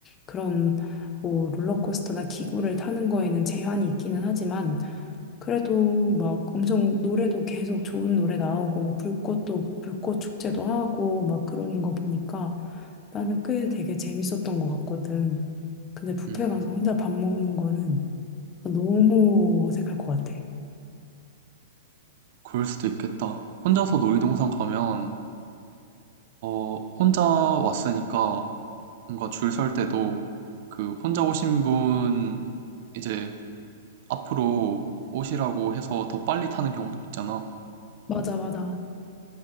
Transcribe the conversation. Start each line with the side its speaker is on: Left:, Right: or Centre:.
Left: 그런 뭐 롤러코스터나 기구를 타는 거에는 제한이 있기는 하지만 그래도 막 엄청 노래도 계속 좋은 노래 나오고 뭐 불꽃도 불꽃 축제도 하고 막 그러는 거 보니까 나는 꽤 되게 재밌었던 것 같거든. 근데 뷔페
Right: 음,
Left: 가서 혼자 밥 먹는 거는 너무 어색할 것 같아.
Right: 그럴 수도 있겠다. 혼자서 놀이동산 가면 어, 혼자 왔으니까 뭔가 줄 설 때도 그 혼자 오신 분 이제 앞으로 오시라고 해서 더 빨리 타는 경우도 있잖아.
Left: 맞아, 맞아.